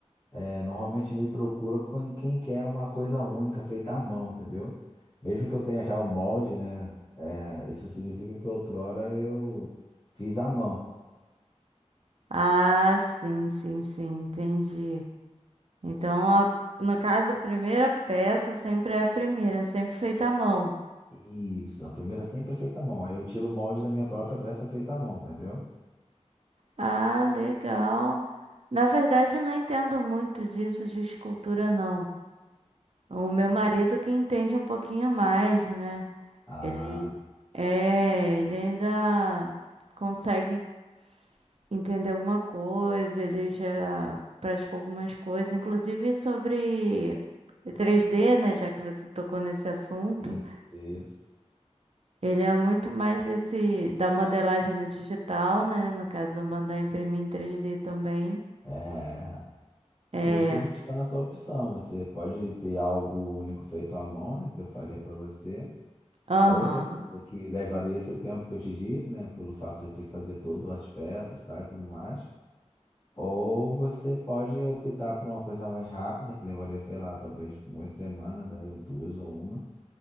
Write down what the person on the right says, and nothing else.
Ah, sim, sim, sim. Entendi. Então, a- no caso, a primeira peça sempre é a primeira, é sempre feita à mão.
Ah, legal. Na verdade, eu não entendo muito disso de escultura, não. O meu marido que entende um pouquinho mais, né?
Ele é, ele ainda consegue entender alguma coisa, ele já praticou algumas coisas, inclusive sobre 3D, né? Já que você tocou nesse assunto.
Ele é muito mais desse da modelagem no digital, né? No caso, mandar imprimir em 3D também.
É,
aham.